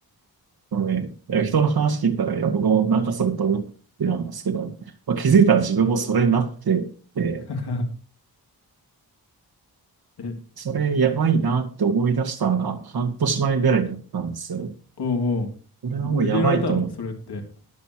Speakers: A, on the right; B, on the left.
A: もうね、いや人の話聞いたら、いや、僕もなんかそれと思ってたんですけど、まあ、気づいたら自分もそれになってて、
B: <laughs> え、
A: それやばいなって思い出したのが半年前ぐらいだったんですよ。
B: うんう
A: これはもうやばいと思う。
B: ん。抜けられたのそれって。